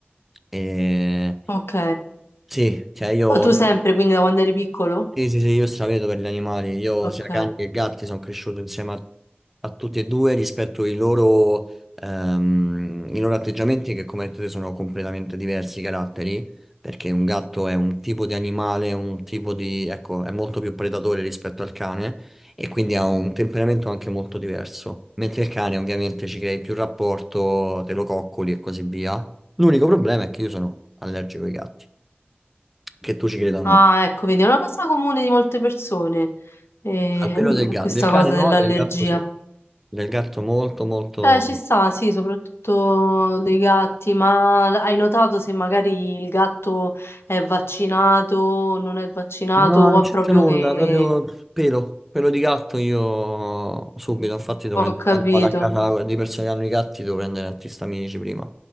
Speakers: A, in the centre; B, on the left (about 80°).
A: E...
B: Ok.
A: Sì, cioè io,
B: Ma tu
A: io
B: sempre, quindi da quando eri piccolo?
A: sì, sì, sì, io stravedo per gli animali. Io
B: Ok.
A: sia cani che gatti sono cresciuto insieme a, a tutti e due rispetto ai loro, ehm, i loro atteggiamenti che come hai detto te sono completamente diversi i caratteri, perché un gatto è un tipo di animale, un tipo di, ecco, è molto più predatore rispetto al cane e quindi ha un temperamento anche molto diverso. Mentre il cane ovviamente ci crei più rapporto, te lo coccoli e così via. L'unico problema è che io sono allergico ai gatti, che tu ci creda o no.
B: Ah, ecco, vedi, è una cosa comune di molte persone, ehm,
A: Al pelo del gatto,
B: questa
A: del
B: cosa
A: cane no,
B: dell'allergia.
A: del gatto sì. Del gatto molto molto...
B: Eh, ci sta, sì, soprattutto dei gatti, ma hai notato se magari il gatto è vaccinato, non è vaccinato,
A: No,
B: o
A: non c'entra
B: è proprio
A: nulla,
B: che...
A: proprio pelo, pelo di gatto io subito, infatti devo
B: Ho
A: prendere,
B: capito.
A: quando vado a casa di persone che hanno i gatti devo prendere antistaminici prima,